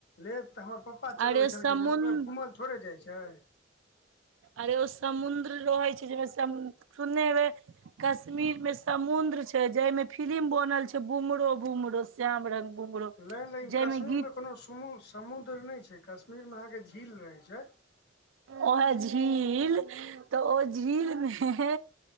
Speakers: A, on the left (about 60°); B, on the right (about 85°).
A: लेथ तऽ हमर पप्पा चलबै
B: अरे
A: छलखिन
B: समुद्र
A: ह, ओ घूमल थोड़े जाइ छै।
B: आर एगो समुद्र रहै छै, जाहिमे सुनने हेबै कश्मीर में समुंद्र छै, जहिमें फिलिम बनल छै, बुमरो -बुमरो श्याम रंग बुमरो
A: नहि-नहि,
B: जाहिमे
A: कश्मीरमे
B: गीत
A: कोनो समुद्र नहि छै, कश्मीरमे अहाँके झील रहै छै।
B: ओहे झील, तऽ ओ झील मे